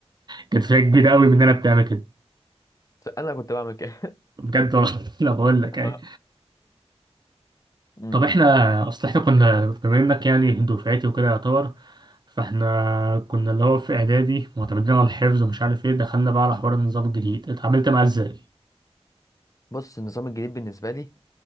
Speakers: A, on the right; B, on the left.
A: كانت فئة كبيرة قوي مننا بتعمل كده
B: انا كنت بعمل كده
A: بجد والله <laughs> لا بقول لك
B: <laughs>
A: يعني
B: آه. مم.
A: طب احنا اصل احنا كنا بما انك يعني دفعتي وكده يعتبر فاحنا كنا اللي هو في اعدادي معتمدين على الحفظ ومش عارف ايه دخلنا بقى على حوار النظام الجديد اتعاملت معاه ازاي؟
B: بص النظام الجديد بالنسبه لي